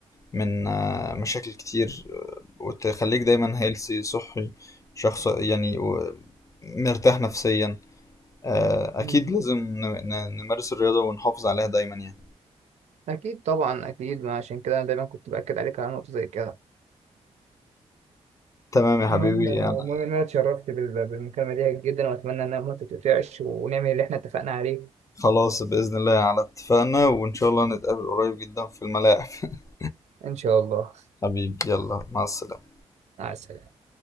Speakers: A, on the left (about 25°); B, on the right (about 70°).
A: من آه مشاكل كتير آه، وتخليك دايما هيلثي صحي شخص يعني و- مرتاح نفسيا آه اكيد
B: مم.
A: لازم ن- ن- نمارس الرياضة ونحافظ عليها دايما يعني
B: اكيد طبعا اكيد ما عشان كده انا دايما كنت باكد عليك على نقطه زي كده
A: تمام يا حبيبي
B: المهم المهم
A: انا
B: إن أنا اتشرفت بال- بالمكالمة دي جدا وأتمنى إنها ما تتقطعش ونعمل اللي إحنا اتفقنا عليه
A: خلاص بإذن الله على اتفاقنا وإن شاء الله نتقابل قريب جدا في الملاعب <laughs>
B: إن شاء الله
A: حبيبي يلا مع السلامة
B: مع السلامة